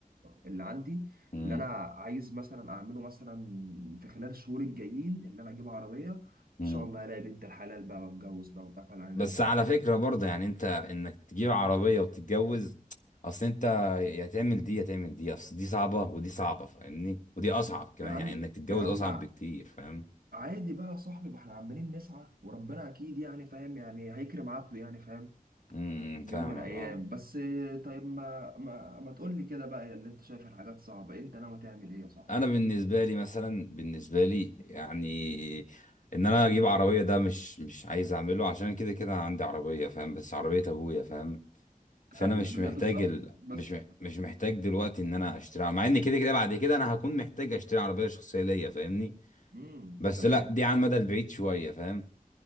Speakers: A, on the right; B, on the left.
A: اللي عندي
B: مم،
A: اللي أنا عايز مثلا أعمله مثلا في خلال الشهور الجايين اللي أنا أجيب عربية إن
B: مم.
A: شاء الله ألاقي بنت الحلال بقى وأتجوز بقى وأتقفل علينا
B: بس
A: بيت
B: على
A: واحد
B: فكره برضه يعني انت انك تجيب عربيه وتتجوز اصل انت يا تعمل دي يا تعمل دي اصل دي صعبه ودي صعبه فاهمني ودي اصعب كمان
A: يا عم
B: يعني انك تتجوز
A: يا عم
B: اصعب بكتير فاهم
A: عادي بقى يا صاحبي ما احنا عمالين نسعى وربنا اكيد يعني فاهم يعني هيكرم عبده يعني فاهم
B: امم امم،
A: بيوم
B: فاهمك
A: من الايام
B: اه
A: بس طيب ما ما, ما تقول لي كده بقى يا اللي انت شايف الحاجات صعبة انت ناوي تعمل ايه يا صاحبي
B: انا بالنسبه لي مثلا بالنسبه لي يعني ان انا اجيب عربيه ده مش مش عايز اعمله عشان كده كده أنا عندي عربيه فاهم بس عربيه ابويا فاهم فانا
A: حلو
B: مش
A: لا
B: محتاج
A: بالظبط
B: ال...
A: بس
B: مش مح- مش محتاج دلوقتي ان انا اشتري عربية. مع ان كده كده بعد كده انا هكون محتاج اشتري عربيه شخصيه ليا فاهمني
A: امم
B: بس
A: تمام
B: لا دي على المدى البعيد شويه فاهم